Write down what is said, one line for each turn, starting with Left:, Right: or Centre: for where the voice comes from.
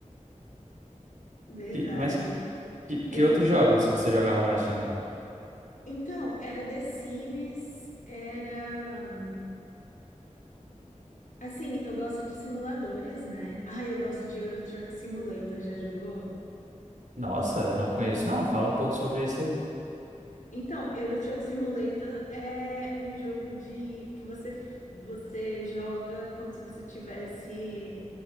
Left: verdade.
Right: Que, mas que,
Left: Eu,
Right: que outros jogos você jogava mais também?
Left: Então, era The Sims, era. Assim, eu gosto de simuladores, né? Ah, eu gosto de Euro Truck Simulator, já jogou?
Right: Nossa, eu não conheço, não. Fala um pouco sobre esse aí.
Left: Então, Euro Truck Simulator é um jogo de que você você joga como se você tivesse,